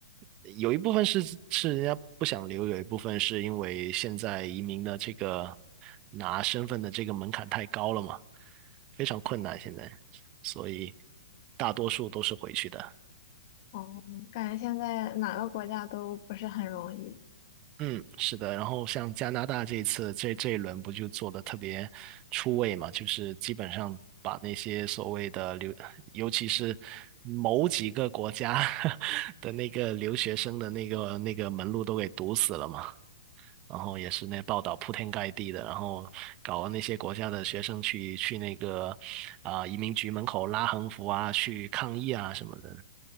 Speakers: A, on the right (about 30°); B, on the left (about 50°).
A: 有一部分是是人家不想留，有一部分是因为现在移民的这个拿身份的这个门槛太高了嘛，非常困难现在，所以大多数都是回去的。
B: 哦，感觉现在哪个国家都不是很容易。
A: 嗯，是的，然后像加拿大这一次这这一轮不就做的特别出位嘛，就是基本上把那些所谓的留，尤其是某几个国家 <laughs> 的那个留学生的那个那个门路都给堵死了嘛，然后也是那报道铺天盖地的，然后搞那些国家的学生去去那个啊、移民局门口拉横幅啊，去抗议啊什么的，